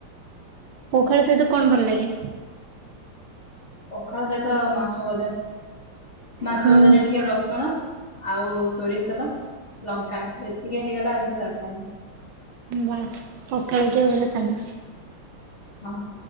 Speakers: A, on the right; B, on the left.
A: ପୋଖାଳ ସହିତ କଣ ଭଲ ଲାଗେ?
B: ପଖାଳ ସହିତ ମାଛ ଭଜା। ମାଛ
A: ହୁଁ
B: ଭଜାରେ ଟିକେ ରସୁଣ ଆଉ ସୋରିଷ ତେଲ ଲଙ୍କା ଏତିକି ହେଇଗଲେ ଆଉ କିଛି ଦରକାର ନାହିଁ।
A: ବାସ୍ ପଖାଳ ପୁରା <unintelligible> ସାମ
B: ହଁ।